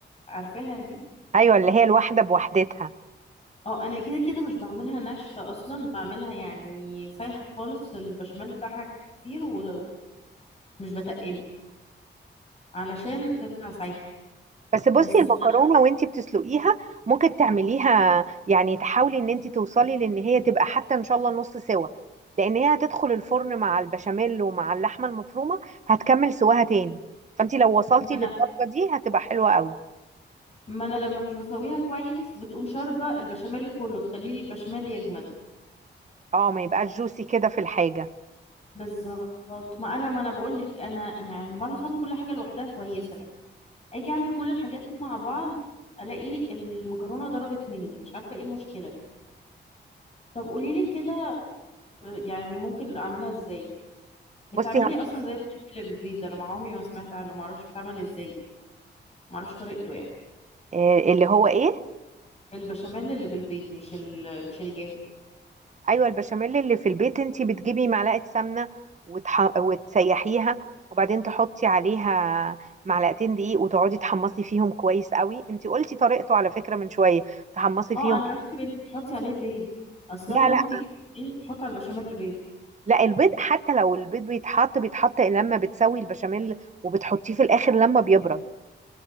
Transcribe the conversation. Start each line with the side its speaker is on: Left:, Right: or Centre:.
Left: عارفاها دي
Right: ايوه اللي هي الواحده بوحدتها
Left: اه انا كده كده مش بعملها ناشفه اصلا بعملها يعني سايحه خالص البشاميل بتاعها كتير و- ومش بتقله علشان تطلع سايحه
Right: بس بصي
Left: بس
Right: المكرونه
Left: في نفس-
Right: وانتي بتسلقيها ممكن تعمليها يعني تحاولي ان انتي توصلي لان هي تبقى حتى ان شاء الله نص سوا لان هي هتدخل الفرن مع البشاميل ومع اللحمه المفرومه هتكمل سواها تاني فانتي لو وصلتي
Left: ما انا
Right: للدرجه دي هتبقى حلوه قوي
Left: ما انا لما مش بسويها كويس بتقوم شاربه البشاميل كله تخليه البشاميل يجمد
Right: اه ما يبقاش جوسي كده في الحاجه
Left: بالظبط ما انا ما انا بقول لك انا يعني بعرف اعمل كل حاجه لوحدها كويسه اجي اعمل كل الحاجات مع بعض الاقي المكرونه ضربت مني مش عارفه ايه المشكله طب قولي لي كده يعني ممكن اعملها ازاي بتعملي
Right: بصي هم-
Left: اصلا زي البشاميل اللي بالبيض ده انا مع عمري ما سمعت عنه ما اعرفش بيتعمل ازاي ما اعرفش طريقته يعني
Right: آه، اللي هو ايه
Left: البشاميل اللي بالبيض مش ال... مش الجاهز
Right: ايوه البشاميل اللي في البيت انتي بتجيبي معلقه سمنه وتح... وتسيحيها وبعدين تحطي عليها معلقتين دقيق وتقعدي تحمصي فيهم كويس قوي انتي قلتي طريقته على فكره من شويه تحمصي
Left: اه
Right: فيهم
Left: انا احسب انت بتحطي عليه بيض اصلا
Right: لا
Left: انا مامتي
Right: لا
Left: كانت بتحط على البشاميل بيض
Right: لا البيض حتى لو البيض بيتحط بيتحط لما بتسوي البشاميل وبتحطيه في الاخر لما بيبرد